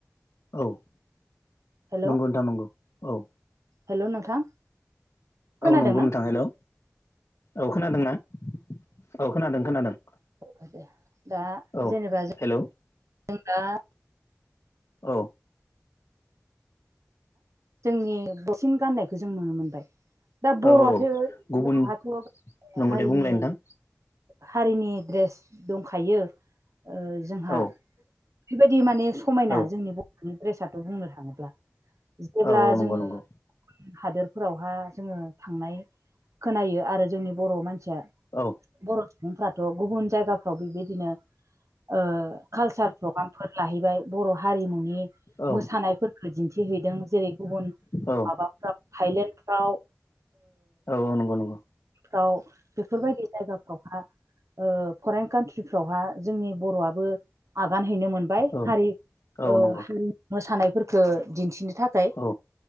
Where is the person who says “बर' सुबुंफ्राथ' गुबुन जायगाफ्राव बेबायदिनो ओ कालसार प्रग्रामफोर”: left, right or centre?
Right